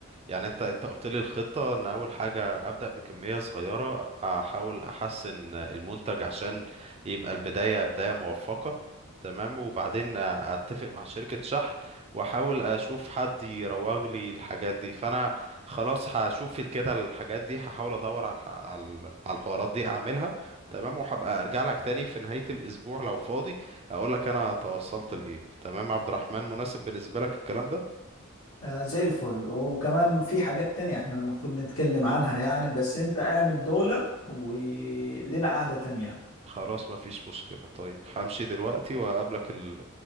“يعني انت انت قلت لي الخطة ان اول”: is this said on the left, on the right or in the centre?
Right